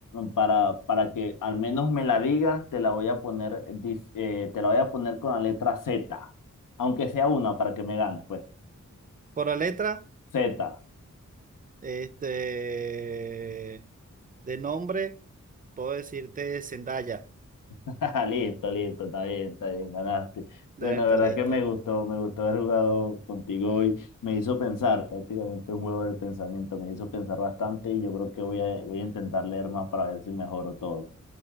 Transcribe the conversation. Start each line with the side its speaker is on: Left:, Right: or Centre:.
Left: para, para que al menos me la digas, te la voy a poner, dif- eh, te la voy a poner con la letra Z, aunque sea una para que me ganes, pues.
Right: Por la letra,
Left: Z.
Right: este, de nombre, puedo decirte Zendaya.
Left: <laughs> Listo, listo, está bien, está bien, ganaste.
Right: Debe
Left: Bueno,
Right: estar
Left: de verdad
Right: listo.
Left: que me gustó, me gustó haber jugado contigo hoy. Me hizo pensar, prácticamente un juego de pensamiento, me hizo pensar bastante y yo creo que voy a, voy a intentar leer más para ver si mejoro todo.